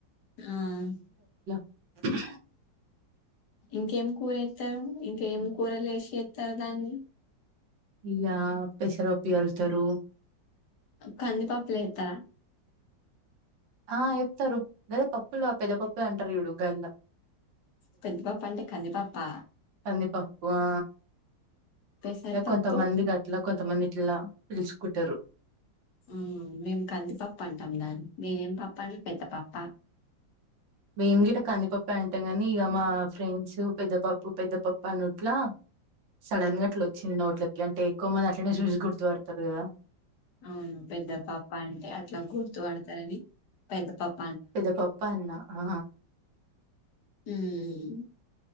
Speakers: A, on the left; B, on the right.
A: ఆ
B: <inaudible>
A: ఇంకేం కూర చేతరు ఇంకేం కూరలు ఏసి చేతరు దాన్ని
B: ఇగా పెసరపపి కలుస్తారు
A: కందిపప్ల ఎతార
B: ఆ ఎతరు గదే పప్పులో పేద పప్పు అంటారు జుడు గంద్ లో
A: పెద్ద పప్పు అంటే కందీపప్పా
B: కందిపప్పు ఆ
A: పెసరపప్పు
B: ఇహ కొంతమంది గట్ల కొంతమంది ఇట్లా పిల్చుకుంటరు.
A: హ్మ్ మేం కందిపప్పు అంటాం దాన్ని, మీరేం పప్పం పెద్దపప్పా?
B: మేం గిట కందిపప్పే అంటాం గానీ ఇగ మా ఫ్రెండ్స్ పెద్దపప్పు పెద్దపప్పు అనుట్లా సడన్ గా అట్లొచ్చింది నోట్లకి, అంటే ఎక్కువ మంది అట్లనే జూసి గుర్తువడతరు గదా.
A: అవును పెద్దపప్పంటె అట్ల గుర్తువడతరని. పెద్దపప్
B: పెదపప్పాన్నా ఆ
A: హ్మ్మ్